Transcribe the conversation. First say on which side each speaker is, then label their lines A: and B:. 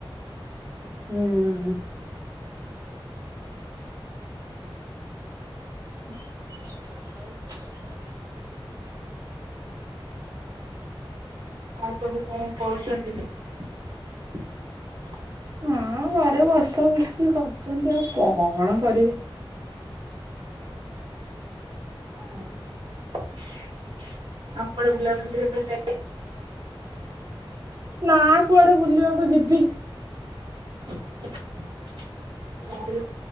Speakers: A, on the right; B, on the right.
A: ହୁଁ।
B: <inaudible>
A: <inaudible>
B: ଆଉସବୁ କଣ କରୁଛନ୍ତି? <inaudible>
A: ହଁ ଘରେ ବସା ବୁସି କରିଚନ୍ତି ଆଉ କଣ କରିବେ?
B: ହଁ ଆପଣ <inaudible>
A: ନା କୁଆଡେ ବୁଲିବାକୁ ଯିବି?
B: <unintelligible>